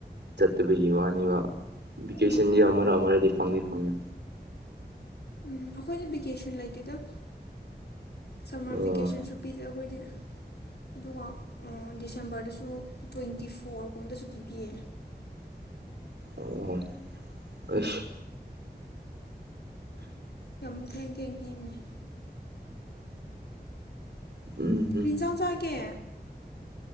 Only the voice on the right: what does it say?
ꯆꯠꯇꯕꯒꯤ ꯋꯥꯅꯦꯕ ꯕ‌ꯦꯀꯁꯟꯗꯤ
ꯑ
ꯑꯔꯗꯤ ꯐꯪꯗꯤ ꯐꯪꯅꯤ
ꯑꯣ
ꯑꯣ ꯑꯁ
ꯎꯝ ꯎꯝ